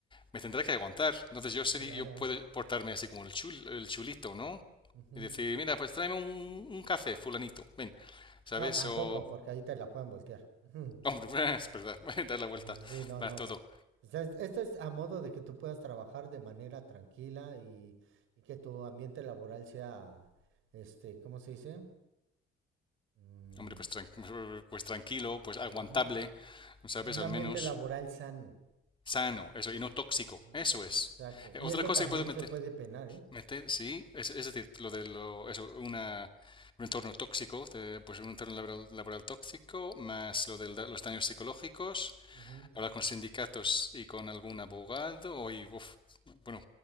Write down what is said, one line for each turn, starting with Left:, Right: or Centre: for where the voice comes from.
Left: me tendrá que aguantar. Entonces yo sería,
Right: Claro.
Left: yo puedo portarme así como el chul- el chulito, ¿no?
Right: ujú.
Left: Y decir, mira, pues tráeme un, un café, fulanito, ven, ¿sabes?
Right: No, tampoco,
Left: O,
Right: porque ahí te la pueden voltear. <laughs>
Left: Hombre, es verdad, <laughs> dar la vuelta
Right: Pues Sí, no, no.
Left: a todo.
Right: O sea, es- esto es a modo de que tú puedas trabajar de manera tranquila y, y que tu ambiente laboral sea, este, ¿cómo se dice? Mm,
Left: Hombre, pues, tran- <laughs> pues tranquilo, pues aguantable,
Right: ujú,
Left: ¿sabes?
Right: Un
Left: Al
Right: ambiente
Left: menos
Right: laboral sano.
Left: sano, eso, y no tóxico,
Right: Ujú,
Left: eso es.
Right: Exacto.
Left: Eh,
Right: Y
Left: otra
Right: eso
Left: cosa
Right: también
Left: que puedo meter,
Right: se puede penar, ¿eh?
Left: meter, sí, es, es decir, lo de lo, eso, una, un entorno tóxico, de- pues un entorno laboral, laboral tóxico, más lo de los daños psicológicos,
Right: Ujú.
Left: hablar con sindicatos y con algún abogado, y, uf, bueno,